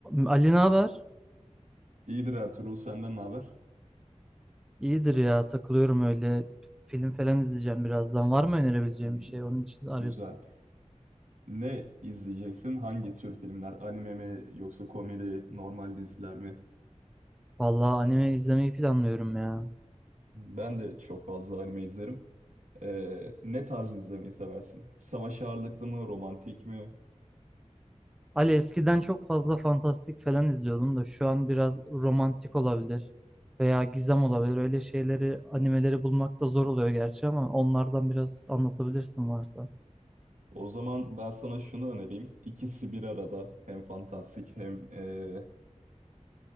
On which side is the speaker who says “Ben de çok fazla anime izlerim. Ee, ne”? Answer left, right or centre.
Right